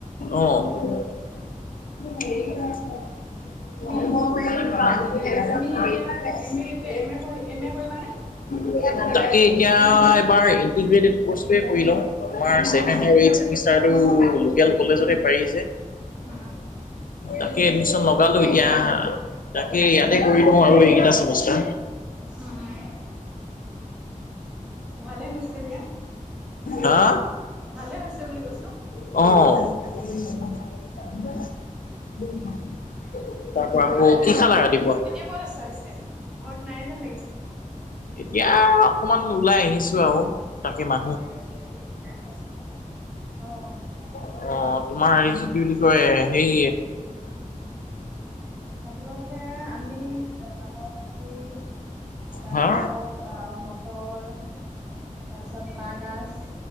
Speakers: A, on the left; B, in the centre.
A: অ' <unintelligible>
B: তুমি এ তুমি এতিয়া এম এ এতিয়া এম এ পঢ়ি এম এ কৰিবানে?
A: তাকে এতিয়া এবাৰ ইণ্টিগ্ৰেটেড <unintelligible>
B: অ', অ',
A: এই ছেমিষ্টাৰটো কলেজতে
B: উম, উম,
A: পাৰি‌ যে
B: উম, উম,
A: তাকে এডমিচন লগালো এতিয়া তাকে ইয়াতে কৰি লওঁ আৰু এইকেইটা চেমিষ্টাৰ
B: উম ভালে হৈছে দিয়া
A: হা
B: ভালে হৈছে বুলি কৈছো।
A: অ', তাৰ পৰা আকৌ কি খালা ৰাতিপুৱা?
B: এতিয়া কত আছা পিছে ঘৰত নাই যেন লাগিছে।
A: এতিয়া অকমান ওলাই আহিছো আৰু তাকে মা
B: অ',
A: অ', তোমাৰ হেৰি কি বুলি কয় সেই
B: ৰাতিপুৱা হৈছে আমি ৰঙালাও ভাজি <unintelligible> তাৰপাছত
A: হা
B: মটৰ তাৰপিছত বাঁহগাজ